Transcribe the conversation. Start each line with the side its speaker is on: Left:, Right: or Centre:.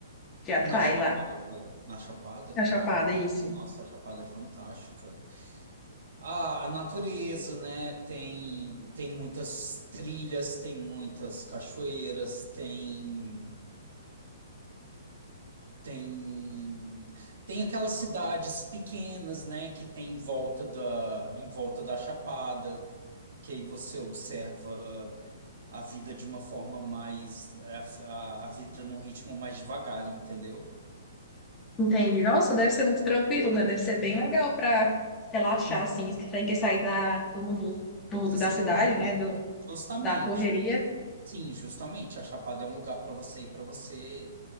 Left: te atrai
Right: Na Chapada,
Left: lá?
Right: na Chapada,
Left: Na
Right: cara.
Left: Chapada, isso.
Right: Nossa, a Chapada é fantástica. Ah, a natureza, né? Tem tem muitas trilhas, tem muitas cachoeiras, tem tem tem aquelas cidades pequenas, né, que tem em volta da em volta da Chapada, que aí você observa a vida de uma forma mais, a, a a vida num ritmo mais devagar, entendeu?
Left: Entendi. Nossa, deve ser muito tranquilo, né? Deve ser bem legal pra relaxar,
Right: Sim.
Left: assim, sem que sair da, do muvuco muvuco
Right: Sim,
Left: da cidade, né? Do,
Right: justamente.
Left: da correria.
Right: Sim, justamente. A Chapada é um lugar para você ir para você.